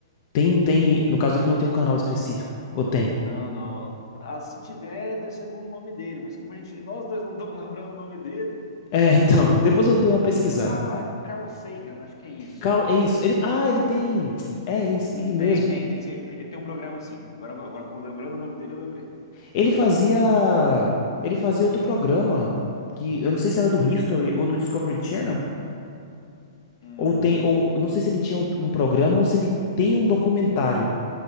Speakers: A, on the left; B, on the left.
A: tem, tem. No caso, ele não tem um canal específico. Ou tem?
B: Não, não. Ah, se tiver, deve ser com o nome dele, mas como a gente, nós dois não estamos <laughs> lembrando o nome dele.
A: É, <laughs> então, depois eu dou uma pesquisada.
B: Ah, Carl Sagan, acho que é isso.
A: Carl, é isso. Ele, ah, ele tem. É isso, ele mesmo.
B: Tem, tem, tem sim. Ele tem um programa assim. Agora, agora que eu- lembrando o nome dele, eu lembrei.
A: Ele fazia. Ele fazia outro programa que eu não sei se era do History ou do Discovery Channel.
B: Uhum.
A: Ou tem, ou não sei se ele tinha um programa ou se ele tem um documentário.